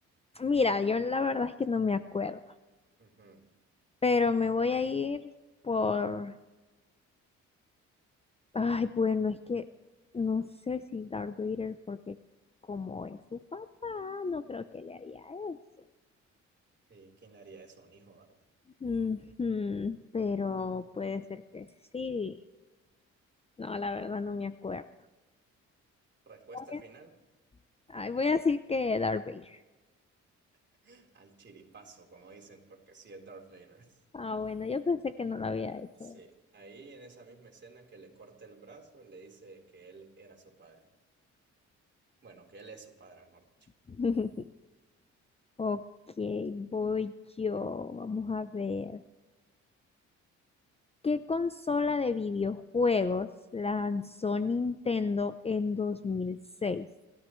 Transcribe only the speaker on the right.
Ujú.
Sí, ¿quién le haría eso a un hijo, verdad?
Respuesta
final,
<laughs> al chiripazo, como dicen, porque sí es Darth Vader.
Sí, ahí en esa misma escena que le corta el brazo, le dice que él era su padre. Bueno, que él es su padre, mejor dicho.